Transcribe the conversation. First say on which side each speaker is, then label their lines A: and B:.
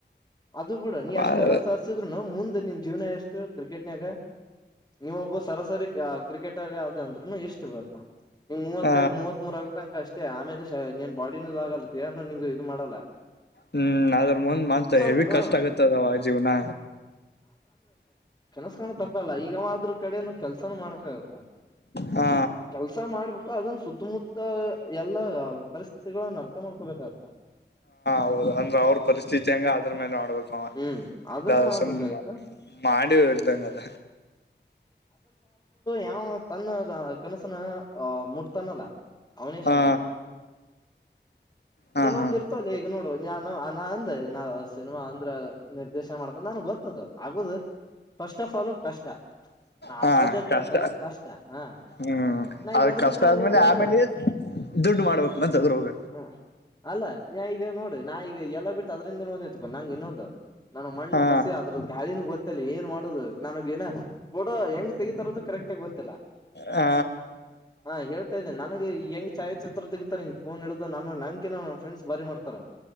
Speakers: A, on the left; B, on the left.
A: ಅದು ಬಿಡು ನೀ
B: ಬಾಳ
A: ಅಷ್ಟೆಲ್ಲ ಸಾಧಿದ್ರುನು ಮುಂದ್ ನಿನ್ ಜೀವನ ಎಷ್ಟ್. ಇದು ಕ್ರಿಕೆಟ್ನ್ಯಾಗ ನೀವು ಒಬ್ಬ ಸರಾಸರಿ ಕ್ರಿಕೆಟರ್ ಅಂದ್ರುನು ಇಷ್ಟು ಬರ್ತ ನೀ ಮೂವತ್ತೆರಡು
B: ಹ
A: ಮೂತ್ಮೂರ್ ಆಗತನಕಷ್ಟೆ. ಮತ್ತೆ ಆಮೇಲೆ ನೀನೆನು ಬಾಡಿನೂ ಆಗಲ್ಲತ್ತ ದೇಹನು ನೀ ಇದು ಮಾಡಲ್ಲ
B: ಹೂ ಅದ್ರ್ ಮುಂದ್ ಮಂತ್
A: ಸ್ವಲ್
B: ಹೆವಿ
A: ಹ
B: ಕಷ್ಟ ಆಗತ್ತದವ ಜೀವನ.
A: ಕನಸ್ಕಾಣ್ ತಪ್ಪ್ ಲ್ಲ ಈಗವಾ ಆದ್ರ್ಕಡೆನು ಕೆಲ್ಸಾನು ಮಾಡಕ್ ಆಗುತ್ತಾ.
B: ಹಾ
A: ಕೆಲ್ಸ ಮಾಡ್ಬೇಕು ಅದನ್ ಸುತ್ತಮುತ್ತ. ಯದ್ ಎಲ್ಲ ಪರಿಸ್ಥಿತಿಗಳು ನಾವ್ ಅರ್ಥಮಾಡ್ಕೋ ಬೇಕಗುತ್ತೆ.
B: ಹೌದ್ ಅಂದ್ರ ಅವ್ರ ಪರಿಸ್ಥಿತಿ ಹೆಂಗ ಅದ್ರ್ ಮೇಲ್ ಮಾಡಬೇಕವ
A: ಹ್ಮ್ ಅದನ್ನು
B: ಇಲ್ಲ
A: ಮಾಡ್ಬೇಕಾಗತ್ತ
B: ಸುಮ್ ಮಾಡಿಲ್ದಂಗ ಅದೆ.
A: ನಾವು ತನ್ನ ಕನಸನ್ನ ಮುಟ್ತಾನಲ್ಲ ಅವನೆ
B: ಹಾ
A: ಶಾಣ್ಯಾ.
B: ಹಾ
A: ಕೆಲವೊಂದ್
B: ಹಾ
A: ಇರ್ತವಲ್ಲೇ ಈಗ್ ನೋಡ್. ಮದ್ವೆಯನು ಅಂದ್ ಸಿನಿಮಾ ಅಂದ್ರೆ ನಿರ್ದೇಶನ ಮಾಡ್ಕೊಂಡ್ ನನ್ಗ್ ಗೊತ್ತದು ಆಗದು ಫಸ್ಟ್ ಆಫ್ ಆಲ್ ಕಷ್ಟ. ನಾ
B: ಹಾ
A: ಅಸಾಧ್ಯತೆ
B: ಕಷ್ಟ,
A: ಹೇಳ್ತಲ್ಲ ಕಷ್ಟ ಹಾ
B: ಹೂ
A: ನಾ
B: ಅದ್
A: ಈಗ ಅದ್ರಿಂದ
B: ಕಷ್ಟ ಆದ್ಮೇಲೆ
A: ಓದ್ನಿ ಅಂದ್ರ
B: ಆಮೇಲೆ ದುಡ್ಡು ಮಾಡ್ಬಕ್ ಮತ್ತ್ ಅದ್ರೋಗ.
A: ಹ್ಮ ಅಲ್ಲ ನಾ ಈಗ ನೋಡಿ ನಾ ಈಗ ಎಲ್ಲಾ ಬಿಟ್ಟು ಅದ್ರಿಂದ ನೋಂದಿತ್ತುಪ್ಪ ನಂಗ್ ಇನ್ನೊಂದು. ನಂಗ್ ಮಣ್ಣು
B: ಹಾ
A: ಮಸಿ ಆದ್ರದ್ದ ಗಾಲಿನು ಗೊತ್ತಿಲ್ಲ ಏನ್ ಮಾಡೋದು, ನಾನಗೆನೊ ಫೋಟೋ ಹೆಂಗ್ ತೆಗಿತರಂತ ಕರೆಕ್ಟಾಗಿ ಗೊತ್ತಿಲ್ಲ,
B: ಹ
A: ಹಾ ಹೇಳ್ತಾ ಇದ್ದೇನೆ ನಂಗೆ ಹೆಂಗ್ ಛಾಯಾಚಿತ್ರ ತೆಗಿತಾರ್. ಫೋನ್ ಹಿಡಿದು ನಾನು ನಂಗಿಂತ ನಾನ್ ಫ್ರೆಂಡ್ಸ್ ಬಾರಿ ಮಾಡ್ತಾರೆ.